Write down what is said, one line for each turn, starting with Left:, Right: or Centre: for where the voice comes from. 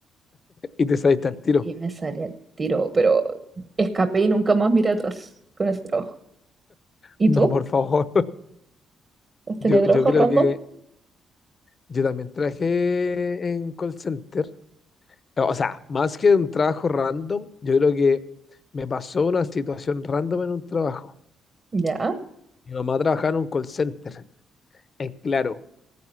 Left: Y te saliste al tiro.
Right: Y me salía el tiro, pero escapé y nunca más miré atrás con ese trabajo. ¿Y
Left: No,
Right: tú?
Left: por favor.
Right: ¿Has tenido
Left: Yo,
Right: trabajos
Left: yo creo
Right: random?
Left: que yo también trabajé en call center. eh, O sea, más que un trabajo random, yo creo que me pasó una situación random en un trabajo.
Right: Ya,
Left: Mi mamá trabajaba en un call center, en Claro,